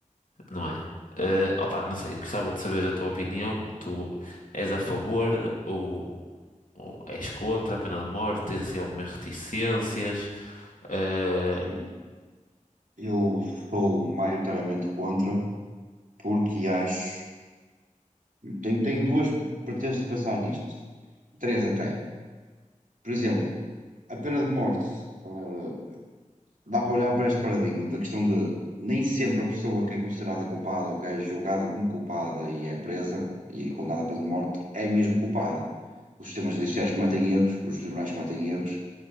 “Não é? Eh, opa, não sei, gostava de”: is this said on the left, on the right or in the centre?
Left